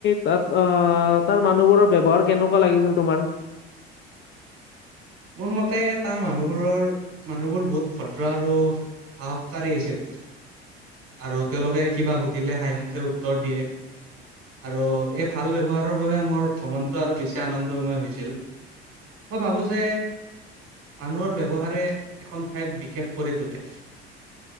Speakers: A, on the left; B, on the right.
A: তাত আহ তাৰ মানুহবোৰৰ ব্যৱহাৰ কেনেকুৱা লাগিছিল তোমাৰ
B: <inaudible> মোৰ মতে তাৰ মানুহবোৰৰ মানুহবোৰ বহুত ভদ্ৰ আৰু সাহকাৰী আইছিল। আৰু তেওঁলোকে কিবা সুধিলে হাঁহিমুখে উত্তৰ দিয়ে, আৰু এই ভাল ব্যৱহাৰৰ বাবে মোৰ ভ্ৰমণটো আৰু বেছি আনন্দময় হৈছিল। মই ভাবো যে মানুহৰ ব্যৱহাৰে এখন ঠাইক বিশেষ কৰি তোলে।